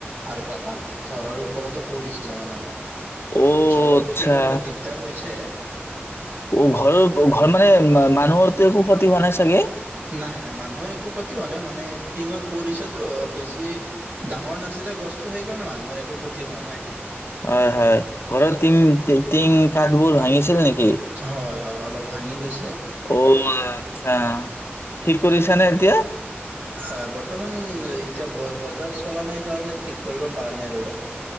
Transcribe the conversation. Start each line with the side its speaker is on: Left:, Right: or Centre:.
Right: আৰু এটা ঘৰৰ ওপৰতো পৰিছিলে মানে আমাৰ।
Left: অ',
Right: চ অলপ
Left: আচ্ছা।
Right: সেইকাৰণে দিগদাৰ হৈছে।
Left: অহ, ঘৰৰ ঘৰ মানে মানুহৰতো একো ক্ষতি হোৱা নাই চাগে?
Right: নাই নাই, মানুহৰ একো ক্ষতি হোৱা নাই। মানে টিঙত পৰিছেতো, বেছি ডাঙৰ নাছিলে গছতো, সেইকাৰণে মানুহৰ একো ক্ষতি হোৱা নাই।
Left: হয়, হয় ঘৰত তিং তি তিং থাবোৰ ভাঙিছে ছিল নেকি
Right: হয় হয়, অলপ ভাঙি গৈছে।
Left: অহ, আচ্ছা। ঠিক কৰিছানে এতিয়া?
Right: হয় বত বৰ্তমান এতিয়া বজাৰ চলা নাই কাৰণে ঠিক কৰিব পৰা নাই, ৰব।